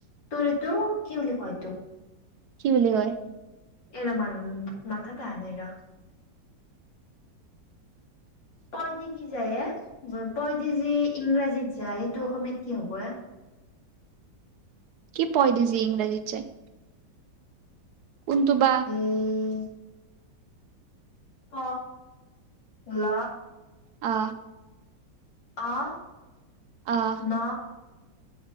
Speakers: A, on the left (about 80°); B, on the right (about 70°).
A: তোৰ তো কি বুলি কয়তো
B: কি বুলি কয়?
A: এৰা মান মথাটা হালেগা পই দি কি যায় এ পই দি যি ইংৰাজীত যায় সেইটো অসমীয়াত কি হব এ
B: কি পয় দিজি ইংৰাজী যায় কোনটো বা
A: এই প, ল
B: অ
A: অহ
B: আহ
A: ন